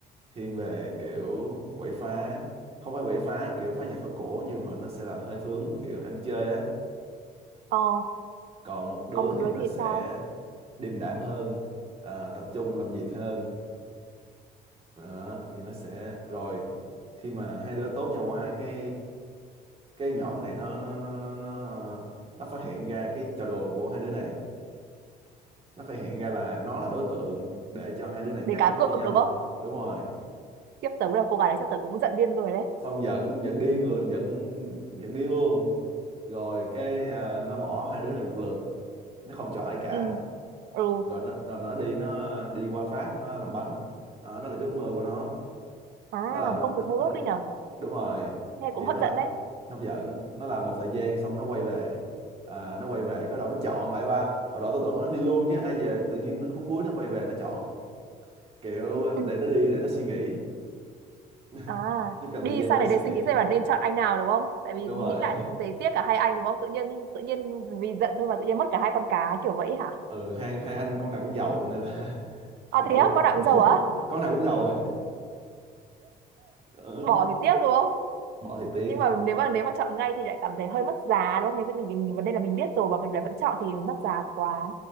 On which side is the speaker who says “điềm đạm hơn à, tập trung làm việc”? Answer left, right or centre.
Right